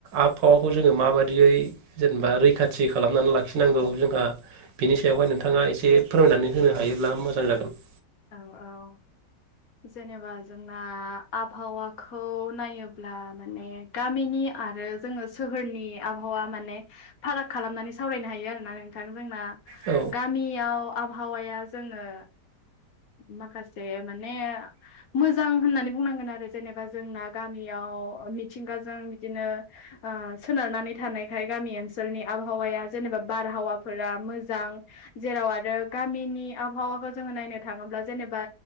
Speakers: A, on the right; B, on the left.
A: आबहावाखौ जोङो माबायदियै। जेनेबा रैखाथि खालामनानै लाखिनांगौ जोंहा। बिनि सायावहाय नोंथाङा एसे फोरमायनानै होनो हायोब्ला मोजां जागोन।
B: औ औ जेनेबा जोंना आबहावाखौ नायोब्ला माने गामिनि आरो जोङो। सोहोरनि आबहावा माने फाराग खालामनानै सावरायनो हायो आरोना नोंथां जोंना।
A: औ
B: गामियाव आबहावाया जोङो। माखासे माने मोजां होननानै बुंनांगोन आरो जेनेबा जोंना गामियाव मिथिंगाजों बिदिनो। सोनारनानै थानायखाय गामि ओनसोलनि आबहावाया जेनेबा बारहावाफोरा मोजां। जेराव आरो गामिनि आबहावाखौ जोङो नायनो थाङोब्ला जेनेबा